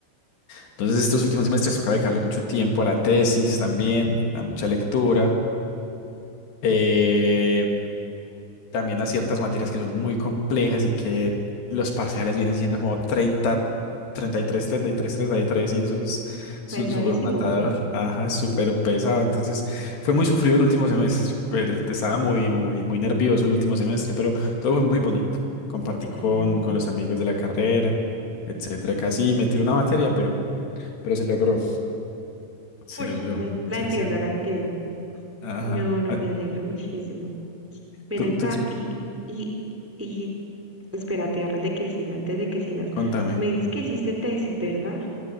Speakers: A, on the left; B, in the centre.
A: Entonces, estos últimos semestres toca dedicarle mucho tiempo a la tesis también, a mucha lectura. eh, también a ciertas materias que son muy complejas y que los parciales vienen siendo como 30, 33, 33, 33 y tres, treinta y tres y eso es su-
B: pesadísimo.
A: súper matador, ajá, súper pesado. Entonces fue muy sufrido el último semestre, pero estaba muy, muy, muy nervioso el último semestre, pero todo fue muy bonito. Compartí
B: Ay,
A: con,
B: me alegro.
A: con los amigos de la carrera, etcétera. Casi me tiró una materia, pero, pero se logró. Se
B: Uy,
A: logró.
B: la,
A: Muchas
B: la entiendo,
A: gracias.
B: la entiendo.
A: Ajá.
B: No, no,
A: Ah,
B: me alegro muchísimo. Ven
A: tú-
B: acá
A: tú exp-
B: y, y, y espérate, antes de que siga, antes de que sigas.
A: contame.
B: Me dices que hiciste tesis, ¿verdad?